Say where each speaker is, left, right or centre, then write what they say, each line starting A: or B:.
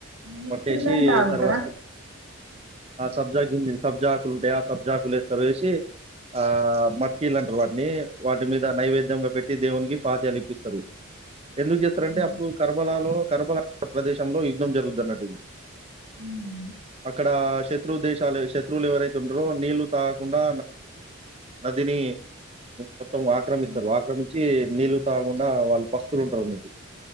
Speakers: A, on the right; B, on the right.
A: ఏం చేస్తారని
B: పట్టేసి
A: తాగుతారా
B: తర్వాత్ ఆ సబ్ సబ్జా గింజిల్ సబ్జా ఆకులు ఉంటాయి ఆ సబ్జాకులు వస్తారు వేసి ఆ మట్కీలు అంటారు వాటిని వాటి మీద నైవేద్యంగా పెట్టి దేవునికి పాత్యాలు ఇప్పిస్తారు ఎందుకు చేస్తారంటే
A: అవును
B: అప్పుడు కర్బలాలో కర్బలా ప్రదేశంలో యుద్ధం జరుగుద్దన్నట్టు ఇది
A: ఉమ్,
B: అక్కడ శత్రు దేశాలు శత్రువులు ఎవరైతే ఉంటారో నీళ్లు తాగకుండా నదీ ని మొత్తం ఆక్రమిస్తారు
A: ఆ,
B: ఆక్రమించి నీళ్లు తాగకుండా వాళ్ళు పస్తులు ఉంటారు అన్నట్టు